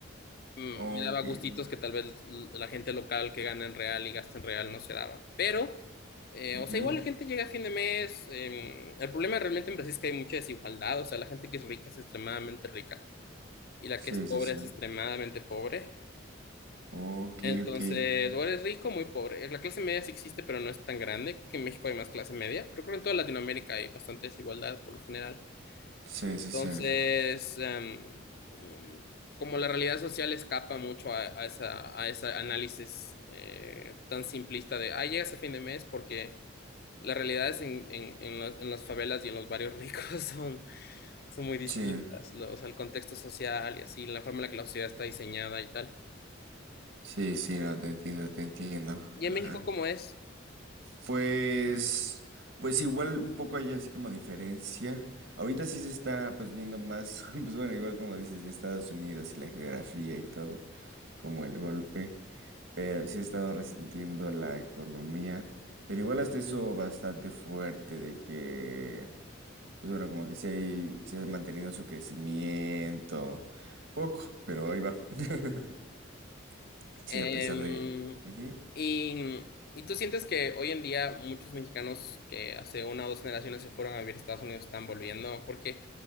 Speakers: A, on the left; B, on the right.
A: mm,
B: ok,
A: me daba gustitos
B: ajá.
A: que tal vez l- la gente local que gana en real y gasta en real no se daba. Pero, eh,
B: Ujú.
A: o sea, igual la gente llega a fin de mes, em, el problema realmente en Brasil es que hay mucha desigualdad, o sea, la gente que es rica es extremadamente rica y la que
B: Sí,
A: es pobre
B: sí, sí.
A: es extremadamente pobre.
B: Ok,
A: Entonces,
B: ok. ajá.
A: o eres rico o muy pobre. La clase media sí existe, pero no es tan grande. Creo que en México hay más clase media, pero creo que en toda Latinoamérica hay bastante desigualdad por lo general.
B: Sí,
A: Entonces,
B: sí, sí.
A: em, mm, como la realidad social escapa mucho a, a esa, a ese análisis eh, tan simplista de, ah, llegas a fin de mes porque las realidades en, en, en las, en las favelas y en los barrios ricos <laughs> son, son muy distintas.
B: Sí.
A: Lo- o sea, el contexto social y así, la forma en la que la sociedad está diseñada y tal.
B: Sí, sí, no, te entiendo, te entiendo.
A: ¿Y
B: Ajá.
A: en México cómo es?
B: Pues, pues igual un poco hay así como diferencia. Ahorita sí se está pues viendo más, <laughs> pues bueno, igual como dices, de Estados Unidos y la geografía y todo, como el golpe, pero sí ha estado resintiendo la economía, pero igual hasta eso bastante fuerte de que, pues bueno, como que sí hay, sí ha mantenido su crecimiento, poco, pero ahí va. <laughs>
A: Em,
B: Sí, a pesar de... que... Ujú.
A: y, y tú sientes que hoy en día muchos mexicanos que hace una o dos generaciones se fueron a vivir a Estados Unidos están volviendo, porque